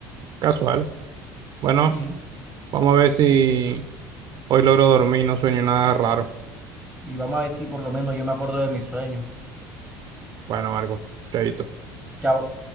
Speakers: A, on the right (about 50°); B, in the centre.
A: Casual. Bueno,
B: Sí.
A: vamos a ver si hoy logro dormir y no sueño nada raro.
B: Y vamos a ver si por lo menos yo me acuerdo de mis sueños.
A: Bueno, Marco, chaito.
B: Chao.